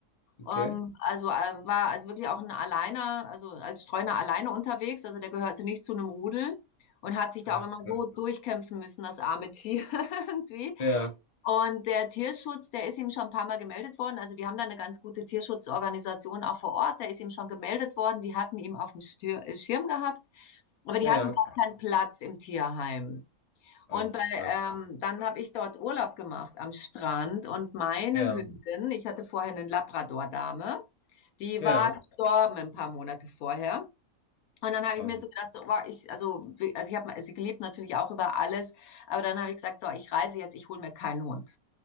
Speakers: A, on the left; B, on the left.
A: Okay.
B: Ähm, also äh, war also wirklich auch ein Alleiner, also als Streuner alleine unterwegs. Also der gehörte nicht zu einem Rudel und hat sich da
A: Ah,
B: auch immer
A: Ja,
B: so durchkämpfen müssen, das arme Tier <laughs> irgendwie.
A: ja.
B: Und der Tierschutz, der ist ihm schon ein paar Mal gemeldet worden. Also die haben da eine ganz gute Tierschutzorganisation auch vor Ort. Der ist ihm schon gemeldet worden. Die hatten ihn auf dem Stir äh, Schirm gehabt, aber die
A: ja.
B: hatten gar keinen Platz im Tierheim.
A: Ach,
B: Und bei,
A: schade.
B: ähm, dann habe ich dort Urlaub gemacht am Strand und meine
A: Ja,
B: Hündin, ich hatte vorher eine Labrador-Dame, die
A: ja.
B: war gestorben ein paar Monate vorher. Und dann habe
A: Oh,
B: ich mir
A: wie-
B: so gedacht, so, boah, ich, also, wie- also ich habe sie gelebt natürlich auch über alles, aber dann habe ich gesagt, so, ich reise jetzt, ich hole mir keinen Hund.